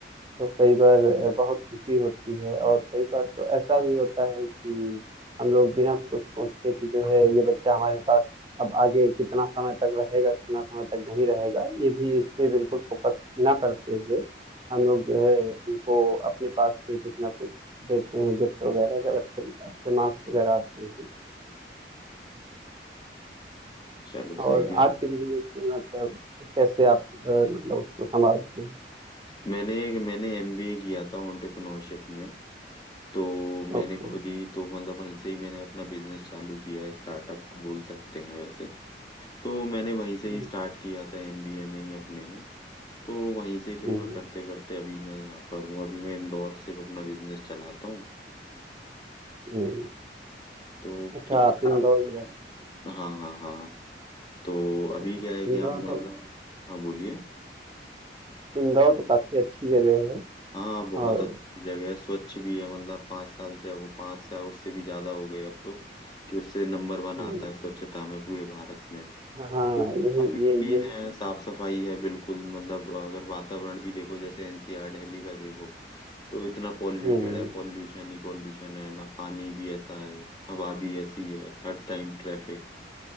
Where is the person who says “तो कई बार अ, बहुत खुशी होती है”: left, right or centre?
Right